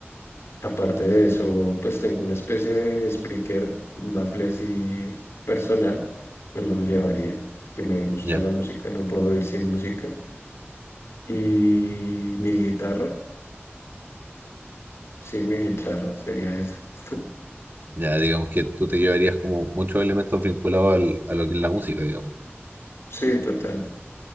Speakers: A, on the left; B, on the right.
A: Aparte de eso, pues tengo una especie de speaker, un bafle así personal, me lo llevaría, porque me gusta
B: Ya,
A: la música, no puedo vivir sin música. Y mi guitarra, sí, mi guitarra sería eso. <laughs>
B: ya, digamos que tú te llevarías como muchos elementos vinculados al- a lo que es la música, digamos.
A: Sí, total.